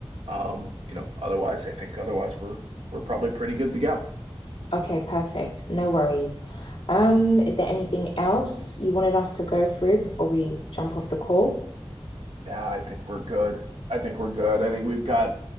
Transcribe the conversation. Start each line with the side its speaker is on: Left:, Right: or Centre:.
Right: um, you know, otherwise, I think otherwise we're we're probably pretty good to go.
Left: Okay, perfect. No worries. Um, is there anything else you wanted us to go through before we jump off the call?
Right: Yeah, I think we're good. I think we're good. I think we've got